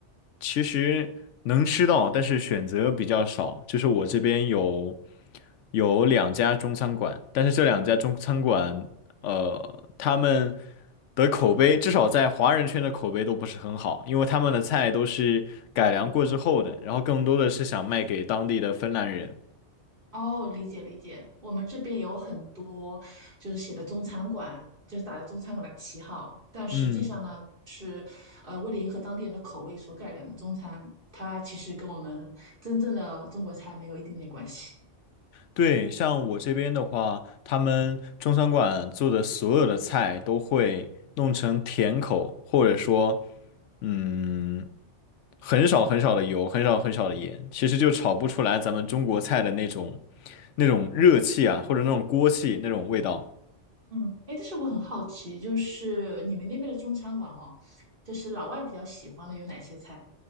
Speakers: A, on the left; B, on the right.
A: 其实能吃到，但是选择比较少。就是我这边有有两家中餐馆，但是这两家中餐馆，呃，他们的口碑至少在华人圈的口碑都不是很好，因为他们的菜都是改良过之后的，然后更多的是想卖给当地的芬兰人。
B: 哦，理解理解。我们这边有很多就是写的中餐馆，就是打着中餐馆的旗号，但实际上呢，
A: 嗯。
B: 呃，为了迎合当地人的口味所改良的中餐，它其实跟我们真正的中国菜没有一点点关系。
A: 对，像我这边的话，他们中餐馆做的所有的菜都会弄成甜口，或者说，嗯，很少很少的油，很少很少的盐，其实就炒不出来咱们中国菜的那种那种热气啊，或者那种锅气那种味道。
B: 嗯，哎，但是我很好奇，就是你们那边的中餐馆哈，就是老外比较喜欢的有哪些菜？